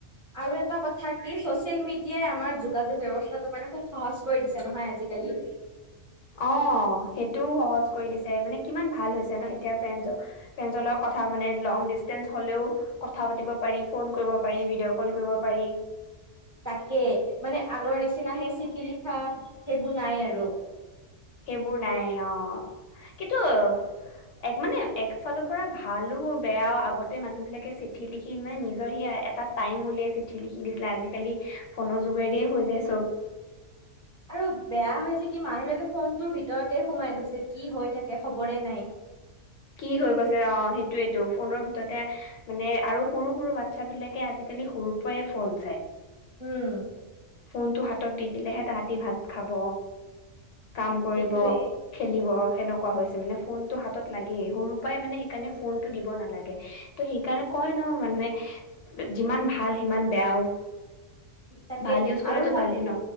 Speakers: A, on the right (about 20°); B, on the left (about 75°).
A: আৰু এটা কথা কি ছচিয়েল মিডিয়াই আমাৰ যোগাযোগ ব্যৱস্থাটো মানে খুব সহজ কৰি দিছে নহয় আজিকালি
B: অ সেইটোও সহজ কৰি দিছে মানে কিমান ভাল হৈছে ন এতিয়া ফ্ৰেন্ড ফ্ৰেন্ডজ লগত কথা মানে লং ডিচেঞ্চ হলেও কথা পাতিব পাৰি ফোন কৰিব পাৰি ভিডিঅ' কল কৰিব পাৰি
A: তাকে মানে আগৰ নিচিনাহে চিঠি লিখা সেইবোৰ নাই আৰু
B: সেইবোৰ নাই অ কিন্তু এক মানে একফালৰ পৰা ভালো বেয়াও আগতে মানুহ বিলাকে চিঠি লিখি মানে নিজৰ সেই এটা টাইম উলিয়াই চিঠি লিখি দিছিলে আজিকালি ফোনৰ যোগেদিয়ে হৈ যায় চব
A: আৰু বেয়া হৈছে কি মানুহলৈকে ফোনটোৰ ভিতৰতে সোমাই গৈছে কি হৈ থাকে খবৰে নাই
B: কি হৈ গৈছে অ সেইটোৱেটো ফোনৰ ভিতৰতে মানে আৰু সৰু সৰু বাচ্ছাবিলাকে আজিকালি সৰুৰ পৰাই ফোন চাই
A: উম
B: ফোনটো হাত ত দি দিলেহে তাহাঁতি ভাত খাব কাম কৰিব
A: সেইটোয়ে
B: খেলিব সেনেক কোৱা হৈছে মানে ফোনটো হাতত লাগ গেই সৰুৰ পৰাই মানে সেইকাৰণে ফোন টো দিব নালাগে ত' সেইকাৰণে কয় ন মানুহে যিমান ভাল সিমান বেয়াও
A: তাকে
B: ভাল ইউজ কৰিলেতো
A: আৰু চা
B: ভালেই ন